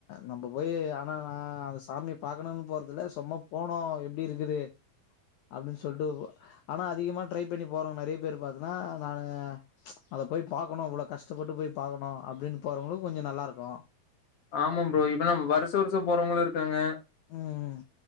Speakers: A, on the left; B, on the left.
A: நம்ம போய் ஆனா நா அந்த சாமிய பாக்கணுனு போறதுல்ல சும்மா போனோ எப்டி இருக்குது
B: <unintelligible>
A: அப்டின்னு சொல்ட்டு ஆனா அதிகமா டிரை பண்ணி போறோ நெறைய பேர் பாத்தீன்னா நானு அத போய் பாக்குனு இவ்ளோ கஷ்டப்பட்டு போய் பாக்குனு அப்டின்னு போறோங்களுக் கொஞ்சோ நல்லா இருக்கு
B: ஆமா ப்ரோ இப்பதா வருஷ வருஷோ போறவங்களு இருக்காங்க
A: ம்